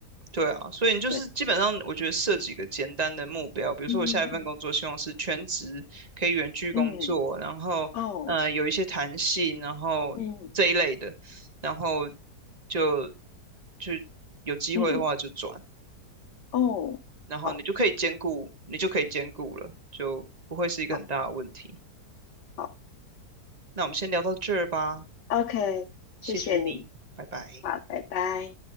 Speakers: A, on the right (about 35°); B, on the left (about 85°).
A: 对啊，所以你就是基本上，
B: 对，
A: 我觉得设几个简单的目标，
B: 嗯
A: 比如说我下一份工作希望是全职，
B: 嗯嗯
A: 可以远距工作，
B: 嗯嗯，
A: 然后呃有一些弹性，
B: 哦，
A: 然后这一类的，
B: 嗯
A: 然后就就有机会的话就转。
B: 嗯哦，
A: 然后你就可以兼顾，
B: 好，
A: 你就可以兼顾了，就不会是一个很大的问题。
B: 好。好
A: 那我们先聊到这儿吧，
B: OK，
A: 谢谢你，
B: 谢谢你，
A: 拜拜。
B: 好，拜拜。